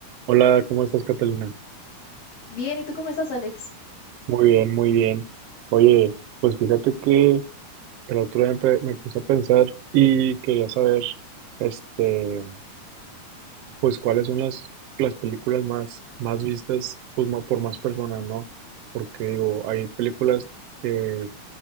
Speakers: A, on the right (about 80°); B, on the left (about 55°).
A: Hola, ¿cómo estás, Catalina?
B: Bien, ¿y tú cómo estás, Alex?
A: Muy bien, muy bien. Oye, pues fíjate que el otro día empe- me puse a pensar y quería saber, este, pues cuáles son las, las películas más, más vistas, pues ma- por más personas, ¿no? Porque digo, hay películas que